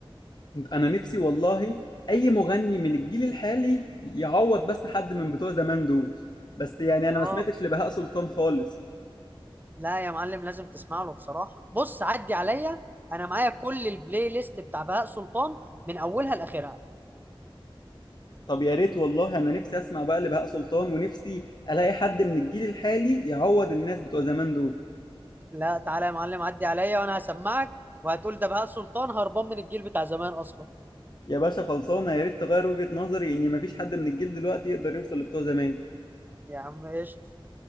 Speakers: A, on the left; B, on the right.
A: انا نفسي والله اي مغني من الجيل الحالي يعوض بس حد من بتوع زمان دول بس يعني انا
B: اه
A: ما سمعتش لبهاء سلطان خالص
B: لا يا معلم لازم تسمع له بصراحه بص عدي عليا انا معايا كل البلاي ليست بتاع بهاء سلطان من اولها لاخرها
A: طب يا ريت والله انا نفسي اسمع بقى لبهاء سلطان ونفسي الاقي حد من الجيل الحالي يعوض الناس بتوع زمان دول
B: لا تعالى يا معلم عدي عليا وانا هسمعك وهتقول ده بهاء سلطان هربان من الجيل بتاع زمان اصلا
A: يا باشا خلصانه يا ريت تغير وجهة نظري ان مفيش حد من الجيل دلوقتي يقدر يوصل لبتوع زمان
B: يا عم قشطه